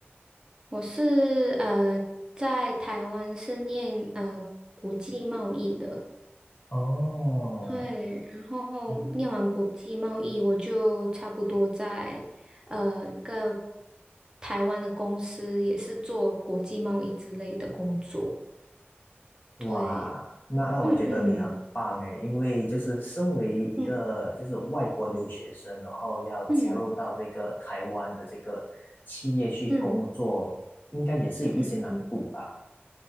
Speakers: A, on the right; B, on the left.
A: 我是呃在台湾是念呃国际贸易的。
B: 哦，
A: 对，然后念完国际贸易，
B: 嗯
A: 我就差不多在呃一个台湾的公司，也是做国际贸易之类的工作。
B: 哇，
A: 对，
B: 那那我觉得你很棒诶，
A: 嗯嗯
B: 因为就是身为一个就是外国留学生，
A: 嗯
B: 然后要加入到这个台湾的这个企业去工作，
A: 嗯嗯
B: 应该也是有一些难度吧？
A: 嗯嗯。嗯